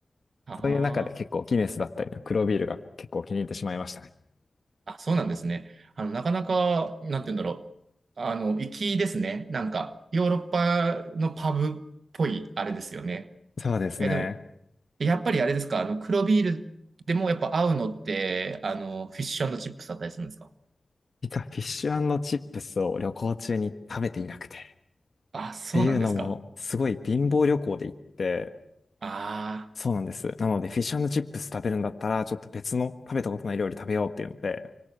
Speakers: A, on the right; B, on the left.
A: あ
B: そういう中で結構ギネスだったりの黒ビールが結構気に入ってしまいましたね。
A: あ。あ、そうなんですね。あの、なかなか、なんて言うんだろう。あの、粋ですね。なんか、ヨーロッパのパブっぽい、あれですよね。
B: そうですね。
A: え、でも、やっぱりあれですか、あの、黒ビールでもやっぱ合うのって、あの、フィッシュチップスだったりするんですか
B: 実はフィッシュチップスを旅行中に食べていなくて、っ
A: あ、そうなんですか。
B: ていうのもすごい貧乏旅行で行って、
A: あ
B: そうなんです。なので、フィッシュチップス食べるんだったら、ちょっと別の食べたことない料理食べようっていうので、